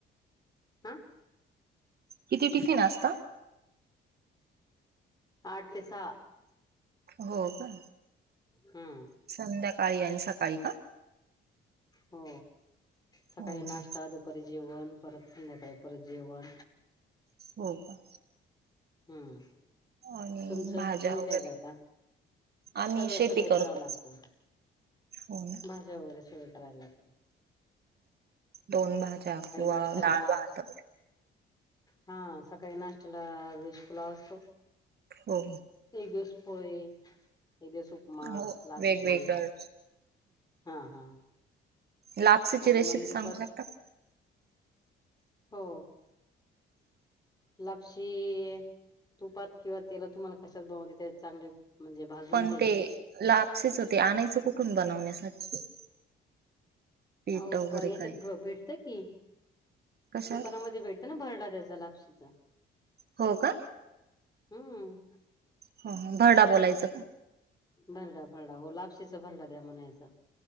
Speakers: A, on the left (about 20°); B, on the right (about 55°).
A: हा
B: किती टिफिन असत?
A: आठ ते सहा.
B: हो का?
A: हम्म
B: संध्याकाळी आणि सकाळी का?
A: हो. सकाळी
B: हो हो
A: नाश्ता, दुपारी जेवण परत, संध्याकाळी परत जेवण.
B: हो का?
A: हम्म.
B: आणि
A: तुमचं
B: भाज्या
A: तुम्ही
B: वगैरे
A: काय करता?
B: आम्ही
A: सगळं-सगळं
B: शेती करतो
A: करावं लागत.
B: हो ना
A: भाज्या वगैरे सगळ करायला लागत.
B: दोन भाज्या किंवा
A: नाश्त्याला
B: दाळ भात.
A: हा सकाळी नाष्त्याला व्हेज फुलाव असतो.
B: हो
A: एक दिवस पोहे. एक दिवस उपमा
B: हो
A: लापक्षी.
B: वेगवेगळं
A: हा हा.
B: लापसची
A: आणि
B: रेसिपी
A: मग दुपारची
B: सांगू शकतात.
A: हो. लापशी इ तुपात किंवा तेला तुम्हाला कशात बनून देते चांगले. म्हणजे भाजून
B: पण
A: घ्यायची
B: ते लापसीचं ते आणायचं कुठून बनवण्यासाठी. पीठ
A: अ
B: वगैरे
A: याच्यात
B: काय
A: भेटत की
B: कशात
A: दुकानामध्ये भेटतं ना भरड देत. ला लापशीचा.
B: हो का
A: हम्म.
B: हो भरडा बोलायचं का.
A: भरडा भरडा हो लापशीचा भरडा द्या म्हणायचा.